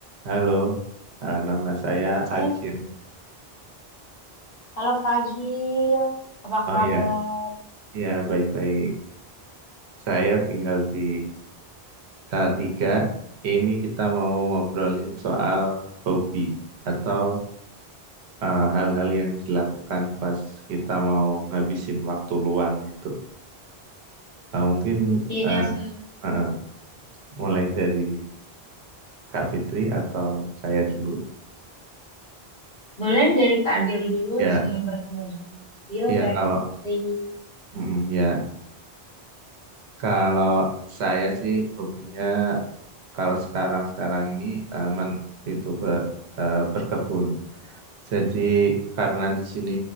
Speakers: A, on the right; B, on the left.
A: Halo, eh, nama saya
B: Halo,
A: Akhil.
B: halo Kak Gil, apa
A: Oh
B: kabar?
A: ya, ya baik-baik. Saya tinggal di Salatiga. Ini kita mau ngobrolin soal hobi atau eh, hal-hal yang dilakukan pas kita mau ngabisin waktu luang gitu. Eh, mungkin
B: Iya,
A: eh,
B: senang.
A: eh, mulai dari Kak Fitri atau saya dulu.
B: Boleh dari Kak Agil dulu,
A: Ya,
B: senang bertemu dengan Kak Agil,
A: iya
B: saya
A: kalau
B: Fitri.
A: mm, ya kalau saya sih hobinya Kalau sekarang-sekarang ini eh, men- itu be- eh, berkebun. Jadi karena di sini